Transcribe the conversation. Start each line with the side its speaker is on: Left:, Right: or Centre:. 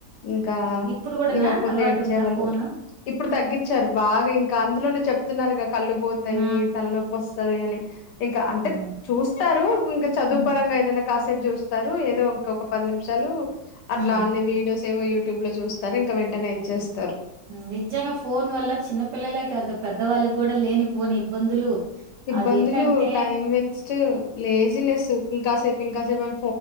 Left: ఇంకా
Right: ఆ! ఇప్పుడు కూడానా
Left: ఇవ్వకపోతే
Right: అలవాటుందా
Left: ఏడ్చేవాళ్ళు
Right: ఫోను?
Left: ఇప్పుడు తగ్గించారు బాగా ఇంకా అందులోనే చెప్, తిన్నారుగా కళ్ళు బోతాయి
Right: ఆ!
Left: తలనొప్పి వస్సది అని ఇంకా అంటే
Right: అవును.
Left: చూస్తారు ఇంకా చదువుపరంగా
Right: హ్మ్.
Left: ఎదైన కాసేపు చూస్తారు ఏదో ఇంకొక పది నిమిషాలు అట్లా
Right: హ్మ్.
Left: అన్ని వీడియోస్ యేవో యూట్యూబ్ లో చూస్తారు ఇంకా వెంటనే ఇచ్చేస్తారు
Right: నిజంగా ఫోన్ వల్ల చిన్నపిల్లలే కాదు పెద్దవాళ్ళకి కూడా లేనిపోని ఇబ్బందులు
Left: ఇబ్బందులు
Right: అదెటంటే
Left: టైం వేస్ట్ లేజినెస్ ఇంకాసేపు ఇంకా <unintelligible>